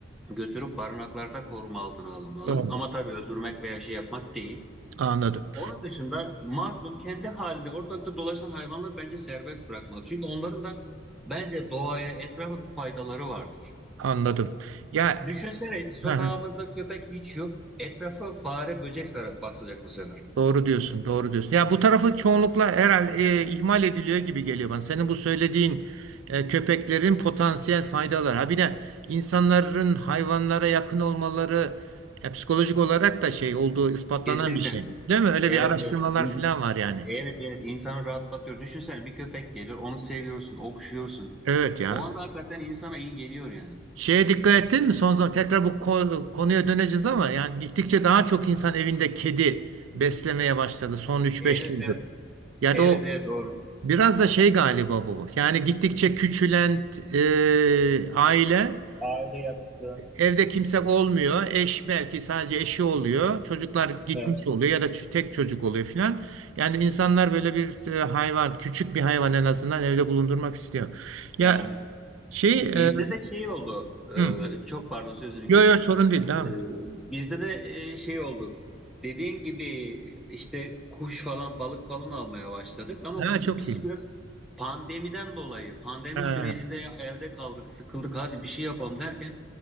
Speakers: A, in the centre; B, on the right (about 80°).
A: Götürüp barınaklarda koruma altına alınmalı.
B: Doğru.
A: Ama tabii öldürmek veya şey yapmak değil.
B: Anladım.
A: Onun dışında mazlum kendi halinde ortalıkta dolaşan hayvanlar bence serbest bırakmalı. Çünkü onların da bence doğaya, etrafa bir faydaları vardır.
B: Anladım. Ya
A: Düşünsene sokağımızda
B: hı hı.
A: köpek hiç yok. Etrafı fare, böcek sarar, basacak bu sefer.
B: doğru diyorsun. Doğru diyorsun. Ya bu tarafı çoğunlukla herhalde e, ihmal ediliyor gibi geliyor bana. Senin bu söylediğin e, köpeklerin potansiyel faydaları. Ha bir de insanların hayvanlara yakın olmaları ya psikolojik olarak da şey olduğu ispatlanan
A: Kesinlikle.
B: bir şey. Değil mi? Öyle
A: Evet
B: bir araştırmalar
A: evet. İn-
B: falan var yani.
A: Evet evet insanı rahatlatıyor. Düşünsene bir köpek gelir, onu seviyorsun, okşuyorsun.
B: Evet ya.
A: O anda hakikaten insana iyi geliyor yani.
B: Şeye dikkat ettin mi? Son zaman tekrar bu ko- konuya döneceğiz ama yani gittikçe daha çok insan evinde kedi beslemeye başladı son üç
A: Evet
B: beş yıldır.
A: evet.
B: Yani
A: Evet
B: o
A: evet doğru.
B: biraz da şey galiba bu. Yani gittikçe küçülen e, aile
A: Aile yapısı.
B: e, evde kimse olmuyor. Eş belki sadece eşi oluyor. Çocuklar gitmiş
A: Evet.
B: oluyor ya da ç- tek çocuk oluyor filan. Yani insanlar böyle bir e, hayvan, küçük bir hayvan en azından evde bulundurmak istiyor. Ya
A: Evet.
B: şey e,
A: Bizde de şey oldu.
B: hı.
A: e, çok pardon sözünü
B: Yok
A: kestim.
B: yok sorun değil devam
A: E,
B: et.
A: bizde de e, şey oldu. Dediğin gibi işte kuş falan balık falan almaya başladık ama
B: Ha
A: bizimkisi
B: çok iyi.
A: biraz pandemiden dolayı pandemi
B: Ha.
A: sürecinde ya evde kaldık sıkıldık hadi bir şey yapalım derken